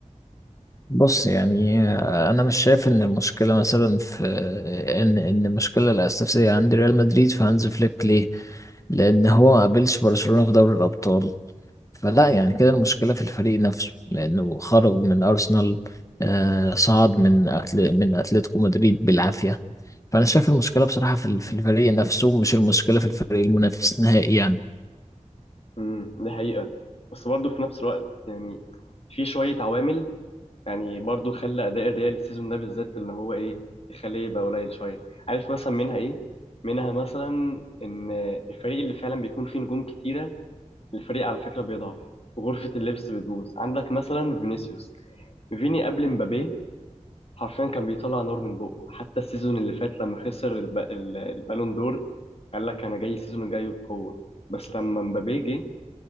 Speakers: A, on the left; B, on the left.
A: بص يعني آه، انا مش شايف ان المشكله مثلا في آه، ان ان المشكله الاساسيه عند ريال مدريد في هانز فليك ليه لان هو ما قابلش برشلونه في دوري الابطال فلا يعني كده المشكله في الفريق نفسه لانه خرج من ارسنال آه، صعد من أتل... من اتلتيكو مدريد بالعافيه فانا شايف المشكله بصراحه في ال- في الفريق نفسه مش المشكله في الفريق المنافس نهائي يعني
B: امم دي حقيقة بس برضه في نفس الوقت يعني في شوية عوامل يعني برضه خلى أداء الريال السيزون ده بالذات اللي هو ايه يخليه يبقى قليل شوية عارف مثلا منها ايه؟ منها مثلا إن الفريق اللي فعلا بيكون فيه نجوم كتيرة الفريق على فكرة بيضعف وغرفة اللبس بتبوظ عندك مثلا فينيسيوس فيني قبل مبابي حرفيا كان بيطلع نار من بقه حتى السيزون اللي فات لما خسر الب... ال- البالون دور قال لك انا جاي السيزون الجاي بقوه بس لما مبابي جه